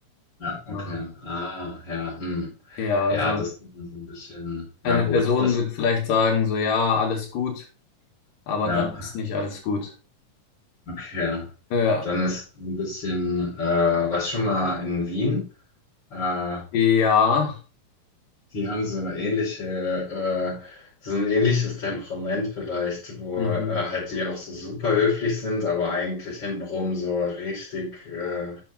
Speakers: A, on the left (about 30°); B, on the left (about 75°).
A: Ja,
B: genau.
A: okay. Ah, ja, hm.
B: Ja,
A: Ja,
B: also
A: das ist so ein bisschen,
B: eine
A: ja gut,
B: Person
A: das,
B: wird vielleicht sagen, so ja, alles gut, aber
A: ja.
B: dann ist nicht alles gut.
A: Okay.
B: Ja.
A: Dann ist ein bisschen, äh, was schon mal in Wien. Äh,
B: Ja.
A: die haben so eine ähnliche, äh, so ein ähnliches Temperament vielleicht, wo
B: Mhm.
A: äh, halt die auch so super höflich sind, aber eigentlich hintenrum so richtig äh,